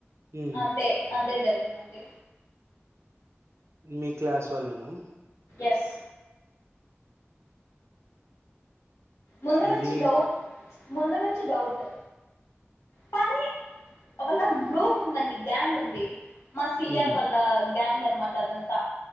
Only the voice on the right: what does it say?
హ్మ్
మీ క్లాస్ వాళ్ళేనా?
అది
హ్మ్